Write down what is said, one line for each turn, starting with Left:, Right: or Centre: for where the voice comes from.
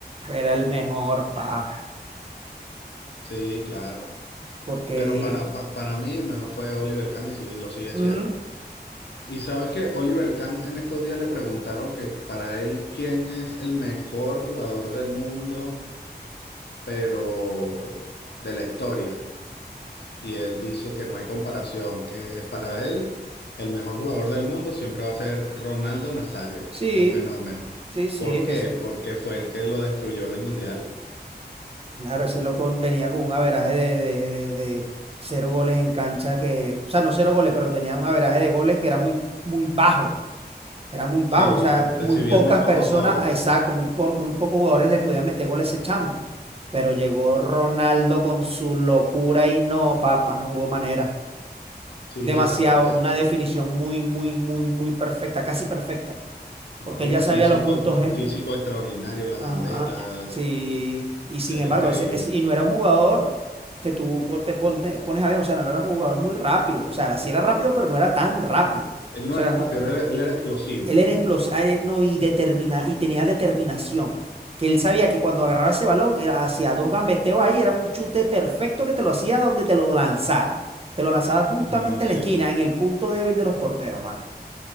Right: Era el mejor, pa.
Left: Sí, claro.
Right: Porque,
Left: Pero para, pa- para mí el mejor fue Oliver Kahn y sigue- lo sigue
Right: ujú,
Left: siendo. Y sabes que Oliver Kahn en estos días le preguntaron que para él quién es el mejor jugador del mundo, pero de la historia. Y él dice que no hay comparación, que para él el mejor jugador del mundo siempre va a ser Ronaldo Nazario,
Right: sí,
Left: el fenómeno.
Right: sí, sí,
Left: ¿Por
Right: es
Left: qué?
Right: que ese,
Left: Porque fue el que lo destruyó en el Mundial.
Right: claro, ese loco venía con un averaje de, de, de, de cero goles en cancha que, o sea, no cero goles, pero tenía un averaje de goles que era muy, muy bajo. Era muy bajo,
Left: Sí,
Right: o sea,
Left: recibía
Right: muy pocas
Left: muy pocos
Right: personas,
Left: goles.
Right: ah, exacto, muy, por, muy pocos jugadores le podían meter gol a ese chamo. Pero llegó Ronaldo con su locura y no, papá, no hubo manera.
Left: Sí,
Right: Demasiado,
Left: era muy bueno.
Right: una definición muy, muy, muy, muy perfecta, casi perfecta,
Left: No,
Right: porque
Left: y
Right: él ya
Left: un
Right: sabía
Left: físico,
Right: los puntos
Left: un
Right: él.
Left: físico extraordinario, la
Right: Ajá,
Left: gambeta,
Right: sí, y sin
Left: era
Right: embargo,
Left: increíble.
Right: ese, ese- y no era un jugador que tú pon- te pon- pones a ver, o sea, no era un jugador muy rápido, o sea, era- sí era rápido, pero no era tan rápido. O
Left: Él no
Right: sea,
Left: era
Right: era un,
Left: rápido, él era, él era explosivo.
Right: Él era explosivo, no, y, determina, y tenía determinación. Que él sabía que cuando agarraba ese balón, era- hacía dos gambeteos ahí, era un chute perfecto que te lo hacía donde te lo lanzara. Te lo lanzaba justamente
Left: Bueno, sí,
Right: en la esquina, en el punto débil de los porteros, mano.